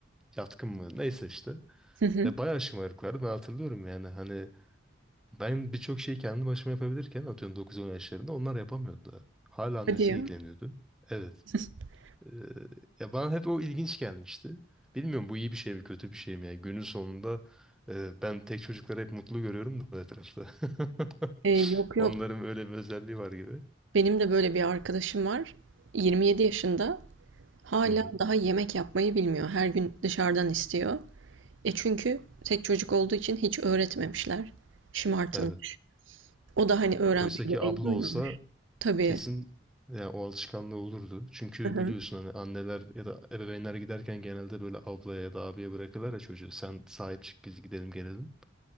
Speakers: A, in the centre; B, on the right (about 75°).
A: yatkın mı neyse işte.
B: Hı hı.
A: Ve bayağı şımarıklardı ben hatırlıyorum yani hani ben birçok şeyi kendi başıma yapabilirken atıyorum 9-10 yaşlarında onlar yapamıyordu daha. Hala annesi
B: Hadi ya.
A: ilgileniyordu. Evet.
B: <laughs>
A: Ee, ya bana hep o ilginç gelmişti. Bilmiyorum bu iyi bir şey mi kötü bir şey mi? Yani günün sonunda e, ben tek çocukları hep mutlu görüyorum da etrafta. <laughs>
B: E, yok yok.
A: Onların öyle bir özelliği var gibi.
B: Benim de böyle bir arkadaşım var. 27 yaşında. Hala
A: Hı hı.
B: daha yemek yapmayı bilmiyor. Her gün dışarıdan istiyor. E çünkü tek çocuk olduğu için hiç öğretmemişler. Şımartılmış.
A: Evet.
B: O da hani öğrenme
A: Oysa
B: gereği
A: ki abla
B: duymamış.
A: olsa
B: Tabii.
A: Kesin ya o alışkanlığı olurdu. Çünkü
B: Hı hı.
A: biliyorsun hani anneler ya da ebeveynler giderken genelde böyle ablaya ya da abiye bırakırlar ya çocuğu. Sen sahip çık biz gidelim gelelim.